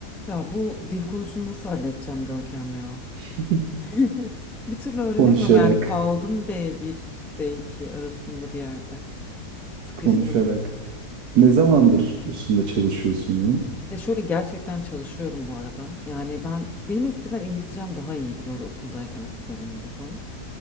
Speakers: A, in the centre; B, on the right.
A: Ya bu dil konusunu nasıl halledeceğim Görkem ya?
B: <laughs>
A: <laughs> Bir türlü öğrenemiyorum
B: Konuşarak,
A: yani kaldım b bir B2 arasında bir yerde. Sıkıştım.
B: konuşarak. Ne zamandır üstünde çalışıyorsun bunun?
A: Ya şöyle gerçekten çalışıyorum bu arada. Yani ben benim eskiden İngilizcem daha iyiydi böyle okuldayken okul döneminde falan.